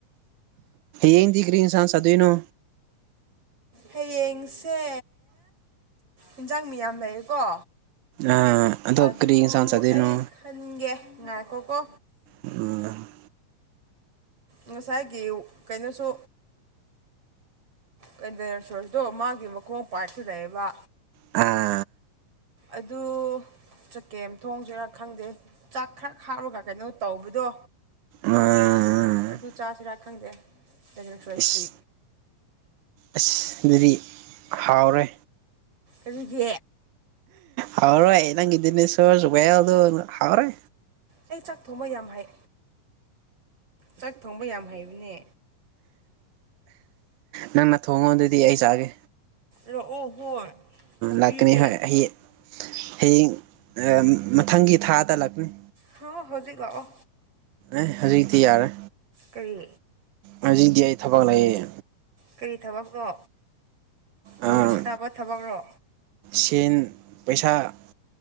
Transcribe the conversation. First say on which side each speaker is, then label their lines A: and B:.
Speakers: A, on the right; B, on the right.
A: ꯌꯦꯡꯗꯤ ꯀ꯭ꯔꯤ ꯏ ꯁꯥꯟꯅ ꯆ ꯑꯗꯨꯣꯏꯅꯣ
B: ꯍꯌꯦꯡꯁꯦ ꯏꯟꯖꯥꯡ ꯃꯤꯌꯥꯝ ꯂꯩꯔꯦꯀꯣ
A: ꯑꯥ ꯑꯗꯣ
B: ꯑꯗꯨ
A: ꯀꯔꯤ ꯏꯟꯁꯥꯡ ꯆꯥꯗꯣꯏꯅꯣ
B: ꯑꯩ ꯈꯟꯒꯦ ꯉꯥꯏꯈꯣꯀꯣ
A: ꯎꯝ
B: ꯉꯁꯥꯏꯒꯤ ꯀꯩꯅꯣꯁꯨ ꯀꯇꯁꯣꯔꯁꯇꯣ ꯃꯥꯒꯤ ꯃꯈꯣꯡ ꯄꯥꯏꯔꯞꯁꯨ ꯂꯩꯑꯕ
A: ꯑ
B: ꯑꯗꯨ ꯆꯀꯦꯝ ꯊꯣꯡꯁꯤꯦꯔꯥ ꯈꯪꯗꯦ ꯆꯥꯛ ꯈꯔ ꯍꯥꯥꯔꯒ ꯀꯩꯅꯣ ꯇꯧꯕꯗꯣ
A: ꯑꯥ
B: ꯑꯗꯨ ꯆꯥꯁꯤꯔꯥ ꯈꯪꯗꯦ ꯁ꯭ꯔꯣꯏꯁꯀꯤ
A: ꯏꯁ ꯑꯁ ꯑꯗꯨꯗꯤ ꯍꯥꯎꯔꯦ
B: ꯑꯗꯨꯒꯤ
A: ꯍꯔ ꯅꯪ ꯏꯗꯅꯦꯁꯣꯔ ꯆꯨꯕꯦ ꯌꯥꯎꯣ ꯍ꯭ꯔꯦ
B: ꯑꯩ ꯆꯥꯛ ꯊꯣꯡꯕ ꯌꯥꯝ ꯍꯩ ꯆꯥꯛ ꯊꯣꯡꯕ ꯌꯥꯝ ꯍꯩꯕꯅꯦ
A: ꯅꯪꯅ ꯊꯣꯡꯉꯣ ꯑꯗꯨꯗꯤ ꯑꯩ ꯆꯥꯒꯦ
B: ꯔꯑꯣ ꯍꯣꯏ ꯊꯣꯡꯕꯤꯒꯦ
A: ꯂꯥꯛꯀꯅꯤ ꯍꯣꯏ ꯍꯌꯦꯡ ꯍꯌꯦꯡ ꯃꯊꯪꯒꯤ ꯊꯥꯗ ꯂꯥꯛꯀꯅꯤ
B: ꯍ ꯍꯧꯖꯤꯛ ꯂꯥꯛꯑꯣ
A: ꯑꯦ ꯍꯧꯖꯤꯛꯇꯤ ꯌꯥꯔꯦ
B: ꯀꯔꯤ
A: ꯍꯧꯖꯤꯛꯗꯤꯏ ꯊꯕꯛ ꯂꯑꯌꯦ
B: ꯀꯔꯤ ꯊꯕꯛꯅꯣ ꯑꯣꯔꯤ
A: ꯑꯥ
B: ꯁꯅꯥꯄꯣꯠ ꯊꯕꯛꯅꯣ
A: ꯁꯦꯟ ꯄꯩꯁꯥ